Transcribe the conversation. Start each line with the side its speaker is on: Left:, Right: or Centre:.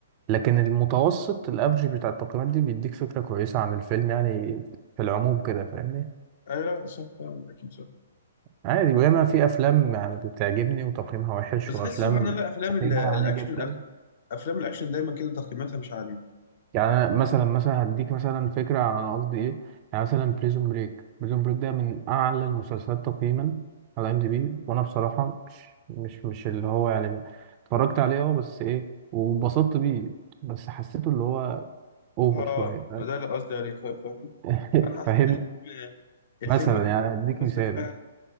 Right: لكن المتوسط الأفرج بتاع التقييمات دي بيديك فكرة كويسة عن الفيلم يعني في العموم كده فاهمني
Left: آه لا صح طبعا أكيد صح
Right: عادي وياما في أفلام بتعجبني وتقييمها وحش
Left: بس
Right: وأفلام
Left: تحس سبحان الله أفلام
Right: تقييمها
Left: ال- الأكشن
Right: عالي جدا
Left: أغلب أفلام الأكشن دايما كده تقييماتها مش عالية
Right: يعني أنا مثلا مثلا هديك مثلا فكرة عن أنا قصدي إيه يعني مثلا بريزون بريك بريزون بريك ده من أعلى المسلسلات تقييما على ام دي بي وأنا بصراحة مش مش مش اللي هو يعني اتفرجت عليه أه بس إيه واتبسطت بيه بس حسيته اللي هو أوفر
Left: آه
Right: شوية فاهم؟
Left: آه، ده اللي قصدي عليه فا- فاهم
Right: <laughs>
Left: أنا حسيت
Right: فاهمني
Left: الفيلم الفيلم
Right: مثلا يعني أديك
Left: المسلسل
Right: مثال
Left: فعلا